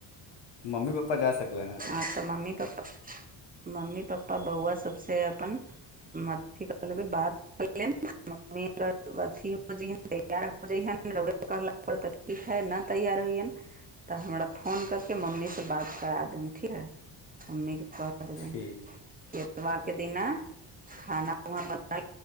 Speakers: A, on the left; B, on the right.
A: मम्मी-पप्पा जा सकलैन हँ।
B: हँ तऽ मम्मी- पप्पा, मम्मी- पप्पा, बौआ सबसे अपन मथी कलेबै बात मम्मी अगर अथी हो जन तैयार हो जइहेन र कहल <unintelligible> <unintelligible> तऽ हमरा फोन क के मम्मी से बात करा देम। ठीक है, मम्मी के कह देबनि
A: ठीक
B: इतवार के दिना खाना व ब